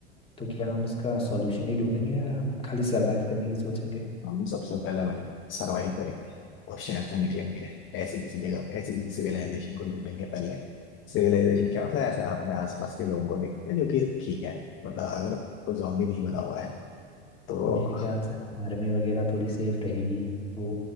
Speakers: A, on the left (about 15°); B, on the left (about 35°).
A: तो क्या हम उसका सॉल्यूशन ही ढूंढेंगे या हम खाली सरवाइव करने की सोचेंगे
B: हम सबसे पहले भाई सरवाइव करेंगे और शहर से निकलेंगे ऐसी किसी जगह ऐसी किसी सिविलाइजेशन को ढूंढेंगे पहले सिविलाइजेशन क्या मतलब ऐसे अपने आसपास के लोगों को देखते हैं जो कि ठीक है मतलब अगर कोई जॉम्बी नहीं बना हुआ है तो
A: मेरे ख्याल से आर्मी वगैरह थोड़ी सेफ रहेगी वो